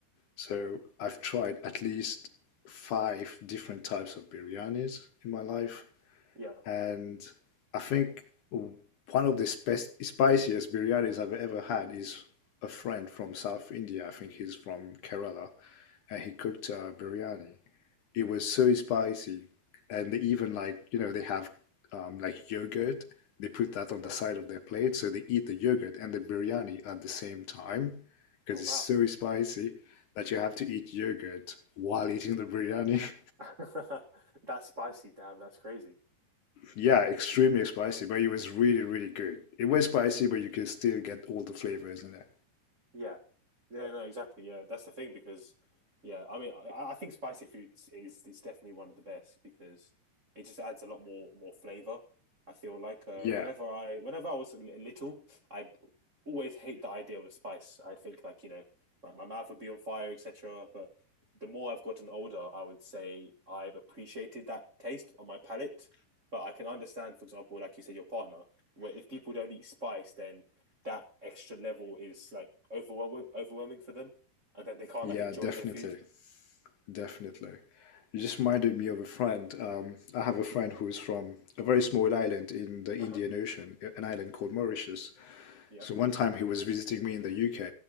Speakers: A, on the left; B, on the right.
A: So I've tried at least five different types of biryanis in my life,
B: Yeah.
A: and I think one of the spe- spiciest biryanis I've ever had is a friend from South India. I think he's from Kerala, and he cooked uh, biryani. It was so spicy, and they even like you know they have um, like yogurt. They put that
B: Okay.
A: on the side of their plate, so they eat the yogurt and the biryani at the same time because
B: Oh
A: it's
B: wow.
A: so spicy that you have to eat yogurt while eating the biryani. <laughs>
B: <laughs> That's spicy. Damn, that's crazy.
A: Yeah, extremely spicy, but it was really, really good. It was spicy, but you can still get all the flavors in it.
B: Yeah. Yeah, no, exactly. Yeah, that's the thing because, yeah, I mean, I, I think spicy foods is is definitely one of the best because it just adds a lot more more flavor. I feel like uh,
A: Yeah,
B: whenever I whenever I was a li- little, I'd always hate the idea of spice. I'd think like, you know, like my mouth would be on fire, etc. But the more I've gotten older, I would say I've appreciated that taste on my palate. But I can understand, for example, like you said, your partner, where if people don't eat spice, then that extra level is like overwhelming overwhelming for them, and then they can't
A: yeah,
B: like enjoy
A: definitely.
B: their food.
A: Definitely. You just reminded me of a friend. Um, I have a friend who is from a very small island in the Indian
B: Uh huh.
A: Ocean, an island called Mauritius.
B: Yeah.
A: So one time he was visiting me in the UK,